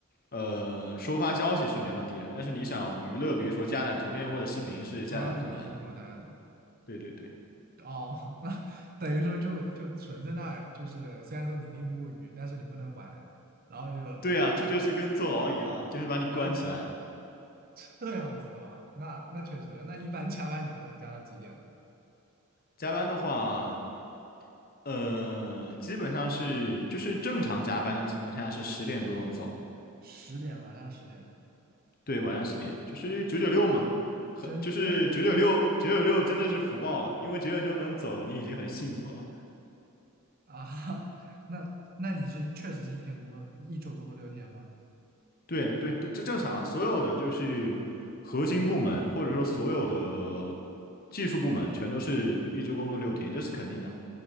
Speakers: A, on the left; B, on the right.
A: 呃，收发消息是没问题的，但是你想娱乐，比如说加载图片或者视频是加载不进来的。
B: 刷刷抖音什么的，
A: 对对对，
B: 哦，<laughs> 那等于说就就存在那儿，就是虽然说你可以摸鱼，但是你不能玩，然后就
A: 对啊，这就是跟坐牢一样啊，就是把你关起来。
B: 对啊，<laughs> 这样子的嘛，那那确实，那一般加班你们能加到几点呢？
A: 加班的话，呃，基本上是就是正常加班的情况下是十点多钟走，
B: 十点，晚上十点，
A: 对，晚上十点，就是九九六嘛，呃就是九九六九九六真的是福报了，
B: 真真真
A: 因为九点钟能走，你已经很幸福了。
B: 啊，<laughs> 那那你是确实是一天工作，一周工作六天吗？
A: 对对，这这正常，所有的就是核心部门，或者说所有的技术部门，全都是一周工作六天，这是肯定的。